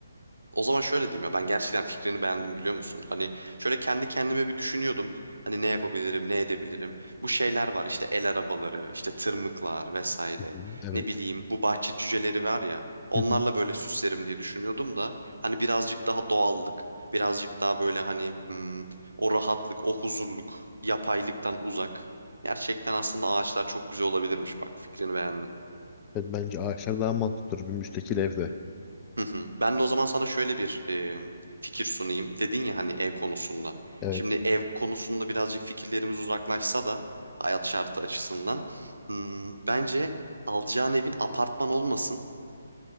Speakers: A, on the right; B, on the left.
A: O zaman şöyle diyeyim ya ben gerçekten fikrini beğendim biliyor musun? Hani şöyle kendi kendime bir düşünüyordum. Hani ne yapabilirim, ne edebilirim? Bu şeyler var işte el arabaları, işte tırmıklar vesaire.
B: Hı hı, evet.
A: Ne bileyim bu bahçe cüceleri var ya. Onlarla
B: Hı hı.
A: böyle süslerim diye düşünüyordum da hani birazcık daha doğallık, birazcık daha böyle hani hmm, o rahatlık, o huzurluk, yapaylıktan uzak. Gerçekten aslında ağaçlar çok güzel olabilirmiş bak fikrini beğendim.
B: Evet bence ağaçlar daha mantıklıdır bir müstakil evde.
A: Hı hı. Ben de o zaman sana şöyle bir e, fikir sunayım. Dedin ya hani ev konusunda.
B: Evet.
A: Şimdi ev konusunda birazcık fikirlerimiz uzaklaşsa da hayat şartı açısından hmm, bence alacağın evin apartman olmasın.